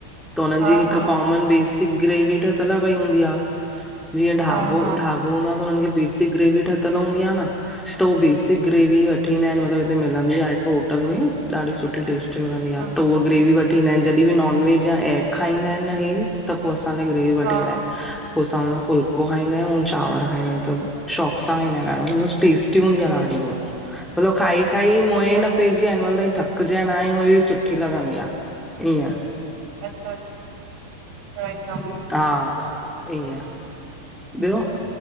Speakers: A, in the centre; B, on the right.
A: त हुनन
B: हा
A: जी हिकु
B: हा
A: कॉमन बेसिक ग्रेवी ठहियल पई हूंदी आहे जीअं ढाबो
B: हा हा
A: ढाबो -- बेसिक ग्रेवी ठहियल हूंदी आहे न त उ बेसिक ग्रेवी वठी ईंदा आहिन मतब -- होटल में ॾाढी सुठी टस्ट आहे
B: हा
A: उ ग्रेवी वठ। ठंदा आहिन जॾहिं बि नॉन वेज या एग खाईंदा आहिन न इहे त पोइ असां लाइ ग्रेवी वठी
B: हा
A: ईंदा आहिन। पो असां हुन फुलको खाईंदायूं, चांवर खाईंदायूं, तब शौक़ सां खाईंदायूं ॾाढ़ो, टेस्टी हूंदी आ ॾाढ़ी। मलब खाई खाई मोयें
B: अच्छा
A: न
B: अच्छा
A: पेज हिनमल ताई थकज्या नांयूं, एॾी सुठी लॻंदी आ, ईअं
B: अच्छा अच्छा ईंदो।
A: हा, ईअं ॿियो,